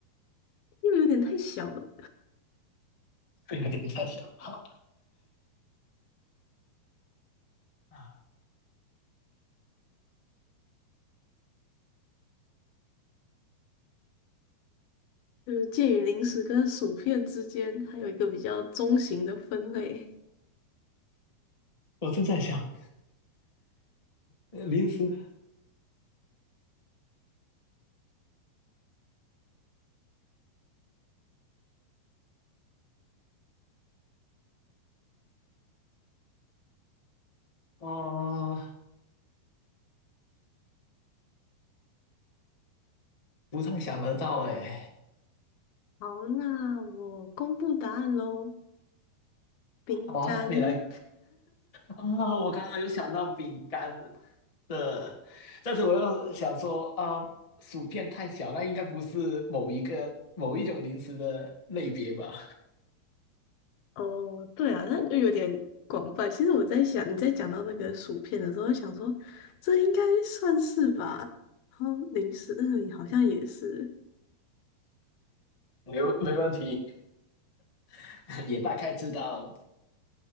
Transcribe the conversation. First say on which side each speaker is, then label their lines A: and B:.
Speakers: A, on the left; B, on the left.
A: 因为有点太小了。
B: 这有点太小。好啊，
A: 就是介于零食跟薯片之间，还有一个比较中型的分类。
B: 我正在想呃零食啊，不太想得到哎。
A: 好，那我公布答案喽。饼干，
B: 好啊，你来啊，我刚刚有想到饼干的，但是我又想说啊，薯片太小，那应该不是某一个某一种零食的类别吧？
A: 哦，对啊，那就有点广泛。其实我在想，你在讲到那个薯片的时候，我想说这应该算是吧。然后零食，嗯，好像也是。
B: 没没问题，<laughs> 也大概知道